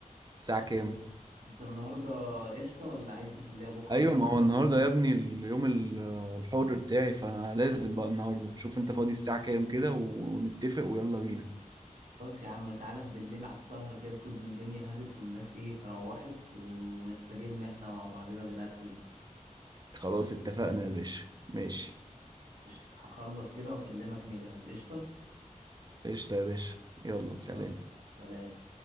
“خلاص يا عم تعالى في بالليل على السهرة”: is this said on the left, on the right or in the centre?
Right